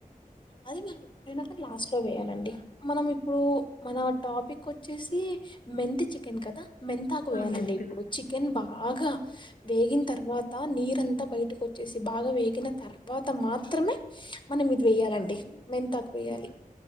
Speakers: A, on the left (about 35°); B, on the left (about 65°).
A: అది మనం ఎప్పుడైనా లాస్ట్ లో వేయాలండి మనం ఇప్పుడు మన టాపిక్ వచ్చేసి మెంథి చికెన్ కదా మెంతాకు వేయాలండి
B: ఆ, మెంతులు
A: ఇప్పుడు చికెన్ బాగా బాగా వేగిన తర్వాత నీరంతా బయటకు వచ్చేసి బాగా వే కిన తర్వాత మాత్రమే మనం ఇది వెేయాలండి
B: ఓకే
A: మెన్ంతాకు వేయాలి
B: ఓకే